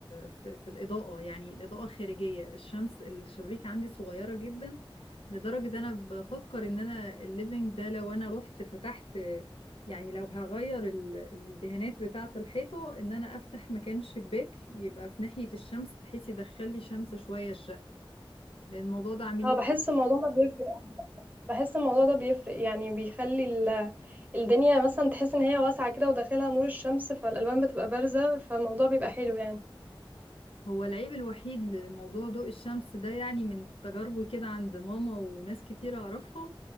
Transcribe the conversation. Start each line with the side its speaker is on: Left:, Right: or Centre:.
Left: في, في الاضاءه يعني الاضاءه الخارجيه الشمس الشبابيك عندي صغيره جدا لدرجه انا بفكر ان انا الليفينج ده لو انا رحت فتحت يعني لو هغير ال- الدهانات بتاعه الحيطه ان انا افتح مكان شباك يبقى في ناحيه الشمس بحيث يدخل لي شمس شويه الشقه لان الموضوع ده عامل
Right: اه
Left: لي
Right: بحس الموضوع ده بيفرق بحس الموضوع ده بيفرق يعني بيخلي ال... الدنيا مثلا تحس ان هي واسعه كده وداخلها نور الشمس فالالوان بتبقى بارزه فالموضوع بيبقى حلو يعني
Left: هو العيب الوحيد لموضوع ضوء الشمس ده يعني من تجاربي كده عند ماما وناس كتير أعرفها